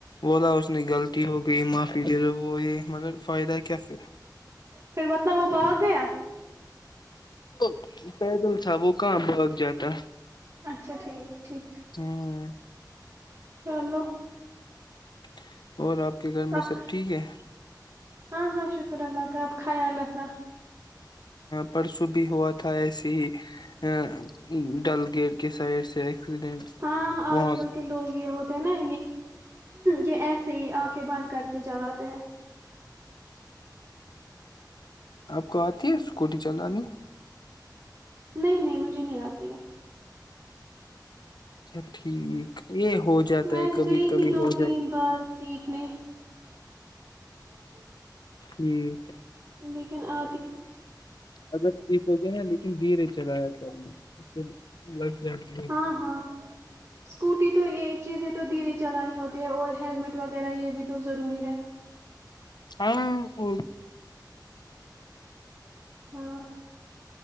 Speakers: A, on the left (about 70°); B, on the right (about 40°).
A: بولا اس نے غلطی ہو گئی معافی دے دوو وہ یہ مگر فائدہ ہے کیا پھر
B: پھر مطلب وہ بھاگ گیا
A: وہ پیدل تھا وہ کہاں بھاگ جاتا
B: اچھا ٹھیک ٹھیک
A: ہ
B: چ نو
A: <inaudible> اور آپ کے گھر میں
B: آپ
A: سب ٹھیک ہے
B: ہاں ہاں شکر اللہ کا آپ خیال رکھنا
A: پرسوں بھی ہوا تھا ایسے ہی ا ڈل گیٹ کے سائڈ سے ایکسیڈنٹ
B: ہاں
A: وہاں
B: آج کل کے لوگ یہ ہوتے ہیں نا یہ ایسے ہی آنکھیں بند کر کے چلاتے ہیں
A: آپ کو آتی ہے اسکوٹی چلانی
B: نہیں نہیں مجھے نہیں آتی ہے
A: اچھا ٹھیک یہ ہو جاتا
B: میں
A: ہے کبھی
B: گئی
A: کبھی
B: تھی دو
A: ہو
B: تین
A: جائے
B: بار سیکھنے <inaudible>
A: ٹھیک ہے
B: لیکن آ
A: اگر ٹھیک ہو گیا نا لیکن دھیرے چلایا کرنا اس ج لگ جاتی ہے
B: ہاں ہاں اسکوٹی تو یہ چیزیں تو دھیرے چلانی ہوتی ہے اور ہیلمٹ وغیرہ یہ بھی تو ضروری ہے
A: ہاں ا
B: ہاں